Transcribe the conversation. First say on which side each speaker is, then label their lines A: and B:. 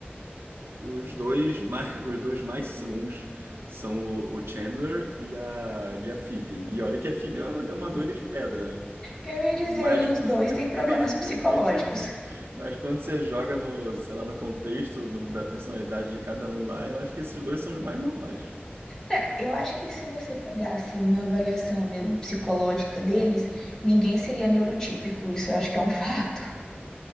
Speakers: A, on the right; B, on the left.
A: Os dois mais, <laughs> os dois mais sãos são o, o Chandler e a, e a Phoebe. E olha que a Phoebe é uma, é uma doida de pedra, né?
B: Eu ia dizer,
A: Mas,
B: e
A: qu-
B: os
A: <laughs>
B: dois têm problemas psicológicos.
A: mas quando você joga no, sei lá, no contexto no- da personalidade de cada um lá, eu acho que esses dois são os mais normais.
B: É, eu acho que se você pegasse uma avaliação neuropsicológica deles, ninguém seria neurotípico, isso eu acho que é um <laughs> fato.